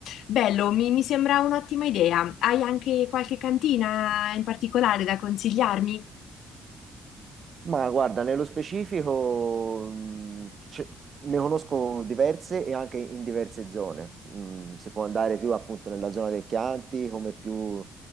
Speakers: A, on the left; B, on the right.
A: Bello, mi, mi sembra un'ottima idea. Hai anche qualche cantina in particolare da consigliarmi?
B: Ma guarda, nello specifico mh, ce- ne conosco diverse e anche in diverse zone. Mm, si può andare più appunto nella zona del Chianti, come più